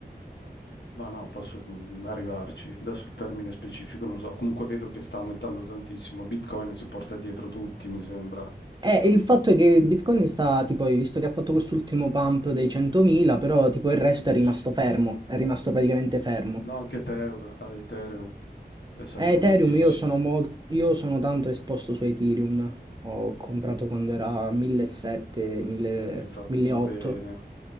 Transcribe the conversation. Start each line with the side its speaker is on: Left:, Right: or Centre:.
Left: mh. Ma no, posso, mhmm, arrivarci. Adesso il termine specifico non lo so. Comunque vedo che sta aumentando tantissimo. Bitcoin si porta dietro tutti, mi sembra.
Right: Eh, il fatto è che Bitcoin sta, tipo, hai visto che ha fatto quest'ultimo pump dei 100.000, però tipo
Left: Sì.
Right: il resto è rimasto fermo, è rimasto praticamente fermo.
Left: No, anche Etheur Ethereum è salito
Right: Eh, Ethereum,
Left: moltissimo.
Right: io sono, mol- io sono tanto esposto su Ethereum, ho comprato
Left: Mh-mh.
Right: quando era 1.700, 1.000
Left: Eh, hai fatto
Right: 1.800
Left: bene,